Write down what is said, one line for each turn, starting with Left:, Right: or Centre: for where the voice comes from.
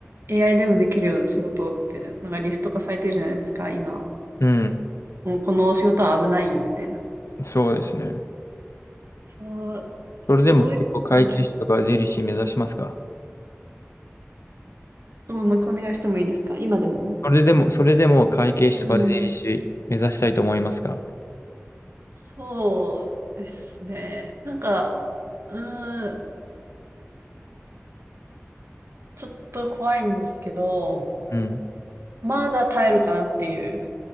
Right: AI でもできるような仕事って、なんかリスト化されてるじゃないですか、今。
Left: うん。
Right: もうこの仕事は危ないよ、みたいな。
Left: そうですね。
Right: そう、
Left: それでも結構会計士とか税理士目指しますか
Right: そういうのを考える、もうもう一回お願いしてもいいですか今でも。
Left: それでも、それでも会計士とか税理士目指したいと思いますか
Right: うん。そうですね。なんか、うーん、ちょっと怖いんですけど、
Left: うん。
Right: まだ耐えるかなっていう。